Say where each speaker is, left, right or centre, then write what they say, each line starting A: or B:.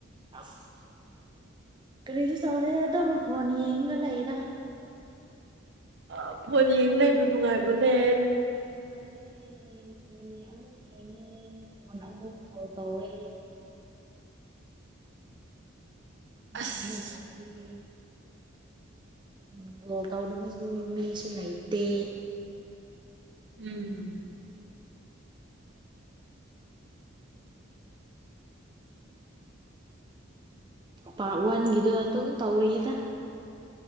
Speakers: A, on the right; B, on the right.
A: ꯑꯁ ꯀꯔꯤꯁꯨ ꯇꯧꯗꯦ ꯑꯗꯨꯝ ꯐꯣꯟ ꯌꯦꯡꯒ ꯂꯩꯗ
B: ꯑꯥ ꯐꯣꯟ ꯌꯦꯡ ꯂꯩꯕꯗꯣ ꯅꯨꯡꯉꯥꯏꯕ꯭ꯔꯣꯅꯦ
A: ꯅꯨꯉꯥꯢꯌꯦ ꯐꯣꯟꯅꯤ ꯑꯃꯨꯛ ꯌꯦꯡꯉꯦ ꯐꯣꯟ ꯑꯃꯨꯛ ꯀꯣꯜ ꯇꯧꯋꯦ ꯑꯗꯨꯃꯥꯏꯅ
B: ꯑꯁ
A: ꯂꯩꯔꯦ ꯐꯣꯟ ꯀꯣꯜ ꯇꯧꯅꯕꯁꯨ ꯃꯤꯁꯨ ꯂꯩꯥꯏꯇꯦ
B: ꯎꯝ
A: ꯄꯥꯔꯠ ꯋꯥꯟꯒꯤꯗꯣ ꯑꯗꯨꯝ ꯇꯧꯔꯤꯗ